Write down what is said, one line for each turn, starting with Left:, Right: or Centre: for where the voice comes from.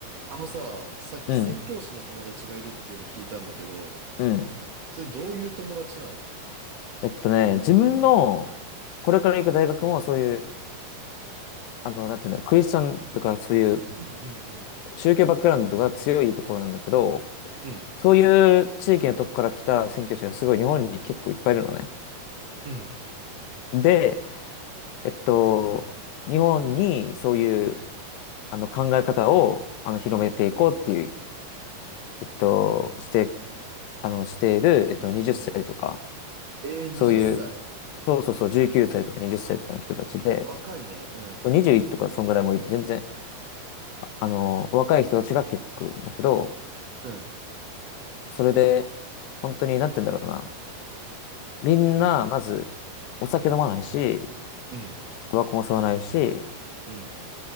Right: あのさ、さっき宣教師の友達がいるっていうの聞いたんだけど、
Left: うん。うん。
Right: それどういう友達なの
Left: えっとね、自分の、
Right: うん。
Left: これから行く大学もそういう、あの、なんていうんだろう、クリスチャンとかそういう
Right: うんうん
Left: 宗教バックグラウンドが強いところなんだけど、
Right: うん。うん。
Left: そういう地域のとこから来た宣教師がすごい日本に結構いっぱいいるのね。
Right: うん。
Left: で、えっと、日本にそういう、あの、考え方を、あの、広めていこうっていう、えっと、して、あの、している、えっと、20歳とか、
Right: えー、20歳
Left: そういう、そうそうそう、19歳とか20歳とかの人たちで、
Right: 若いね。うん。
Left: 21とかそんぐらいもいる。全然、あの、若い人たちが結構来るんだけど、
Right: うん。
Left: それで、本当に、なんて言うんだろうな。みんな、まず、お酒飲まないし、
Right: うん。
Left: タバコも吸わないし、
Right: うん。